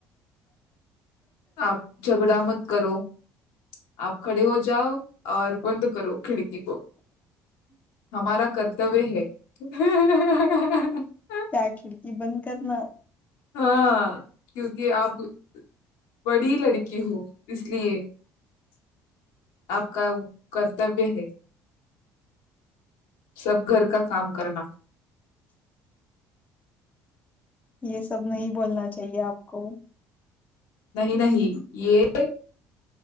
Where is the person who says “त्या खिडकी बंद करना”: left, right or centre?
Left